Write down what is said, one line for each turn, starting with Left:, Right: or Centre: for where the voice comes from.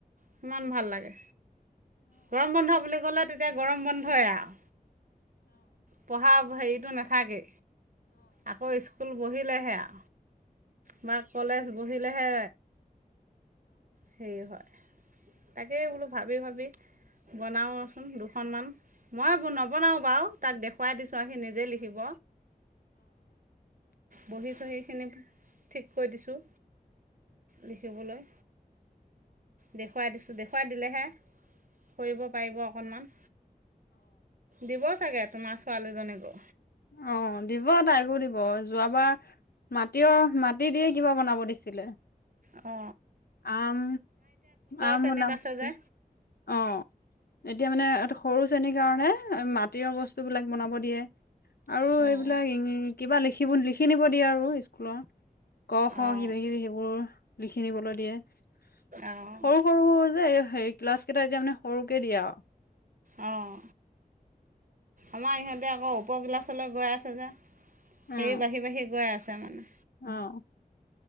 Right: কিমান ভাল লাগে। গৰম বন্ধ বুলি ক'লে তেতিয়া গৰম বন্ধই আৰু। পঢ়া হেৰি সেইটো নাথাকে। আকৌ স্কুল বহিত পলেহে আ বা কলেজ বহিলেহে সেই হয় তাকে, বোলো ভাবি ভাবি বনাও ৰচোন দুখনমান। মই নবনাও বাৰু তাক দেখ খুৱাই দিছোঁ আৰু সি নিজে লিখিব। বহি চহিখিনি ঠিক কৰি দিছোঁ। লিখিবলৈ দেখুৱাই দিছোঁ। দেখুৱাই দিলেহে কৰিব পাৰিব অকনমান দিব চাগে তোমাৰ ছোৱালীজনীকো।
Left: অ দিব তাইকো দিব যোৱাবাৰ মাটিয় মাটি দিয়ে কিবা বনাব দিছিলে।
Right: অ
Left: আম আম
Right: শ্ৰেণীত
Left: বনাব
Right: আছে
Left: দিছে
Right: যে
Left: অ এতিয়া মানে এটা সৰু শেনীৰ কাৰণে মাটিয় বস্তু বিলাক বনাব দিয়ে। আৰু
Right: অঁ
Left: এইবিলাক কিবা লিখি সেইবোৰ লিখি নিব দিয়ে আৰু স্কুলৰ ক খ
Right: অঁ
Left: কিবা কিবি সেইবোৰ লিখিনিবলৈ দিয়ে। সৰু
Right: অঁ
Left: সৰু যে হেৰি ক্লাছ কেইটা এতিয়া মানে সৰুকে দিয়ে আ
Right: অঁ আমাৰ ইহঁতে আকৌ উপৰ ক্লাছলৈ গৈ আছে যে,
Left: অ
Right: সেই বাঢ়ি বাঢ়ি গৈ আছে। তেনে
Left: অ